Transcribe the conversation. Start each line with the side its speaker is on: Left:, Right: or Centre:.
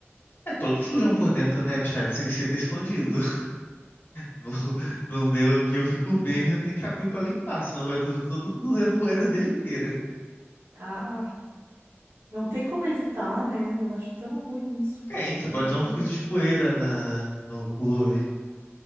Left: É todo sujão por dentro, né? A diferença é que você tá escondido. No, no meu aqui eu fico vendo e eu tenho que abrir pra limpar, senão vai todo, todo mundo ver a poeira dele inteira.
Right: Ah, não tem como evitar, né? Eu acho tão ruim isso.
Left: Tem, você
Right: Não
Left: pode usar
Right: tem.
Left: um filtro de poeira na, no cooler.